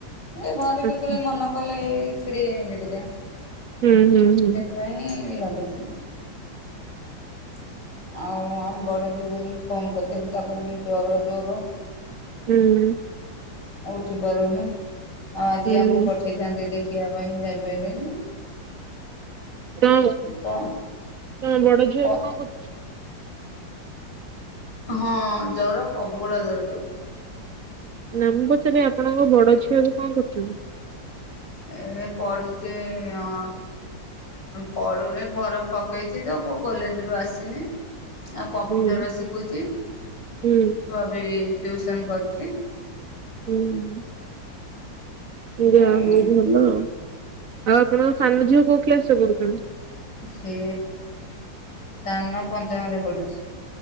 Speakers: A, on the left; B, on the right.
A: ଏ ଘରେ
B: ଆଚ୍ଛା
A: କେତେବେଳେ ମନ କଲେ ହେଇ ଛିଡେଇ ଆଇଁଲେ ଦିଟା।
B: ହୁଁ ହୁଁ ହୁଁ।
A: ପାଇଁ ଲଗେଇଛନ୍ତି। ଆଉ ଆମ ବଡ ଜ୍ୟୋଇଁ ଫୋନ୍ କରିଥିଲି ତାକୁ ବି ଜ୍ୱର ଜୋର।
B: ହୁଁ।
A: ଆଉ ଉଠି ପାରୁନି। ଆଉ ଆଜି
B: ହୁଁ
A: ଆଙ୍କୁ ପଠେଇଥାନ୍ତି ଦେଖିବା ପାଇଁ ଯାଇପାଇଲେନି।
B: <unintelligible>
A: କଣ
B: ତମ ବଡ ଝିଅ
A: କ
B: ଏବେ କଣ କରୁଚି?
A: ହଁ ଜର ପ୍ରବଳ ଜର ତାକୁ।
B: ନା ମୁଁ ପଚାରିଲି ଆପଣଙ୍କ ବଡ ଝିଅ ଏବେ କଣ କରୁଚନ୍ତି?
A: ଏ ପଢୁଚି ଅଁ ପଢ଼ୁନି ଫର୍ମ ପକେଇଚି ତ କୋଉ କଲେଜରୁ ଆସିନି। ଆଉ କମ୍ପ୍ୟୁଟର
B: ହୁଁ
A: ଶିକୁଚି।
B: ହୁଁ
A: ଛୁଆ ବି ଟିଉସନ୍ କରୁଚି।
B: ହୁଁ। ଯାହା
A: ଆଉ
B: ହଉ ଭଲ। ଆଉ ଆପଣଙ୍କ ସାନ ଝିଅ କୋଉ କ୍ଲାସ୍ ରେ ପଢ଼ୁଛନ୍ତି?
A: ସେ ସାନ ପଞ୍ଚମରେ ପଢ଼ୁଚି।